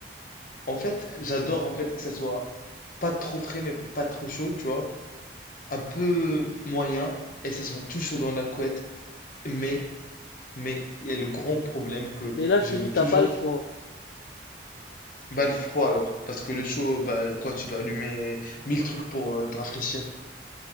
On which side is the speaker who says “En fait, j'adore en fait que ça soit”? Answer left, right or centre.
Left